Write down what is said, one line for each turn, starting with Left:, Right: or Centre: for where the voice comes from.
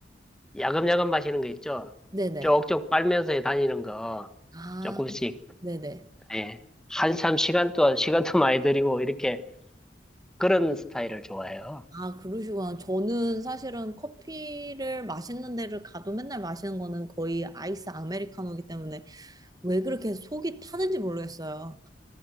Centre: 야금야금 마시는 거 있죠.
Right: 네네.
Centre: 쪽쪽 빨면서 다니는 거
Right: 아,
Centre: 조금씩
Right: 네네.
Centre: 예. 한참 시간도 시간도 <laughs> 많이 들이고 이렇게 그런 스타일을 좋아해요.
Right: 아, 그러시구나. 저는 사실은 커피를 마시는 데를 가도 맨날 마시는 거는 거의 아이스 아메리카노이기 때문에 왜 그렇게 속이 타는지 모르겠어요.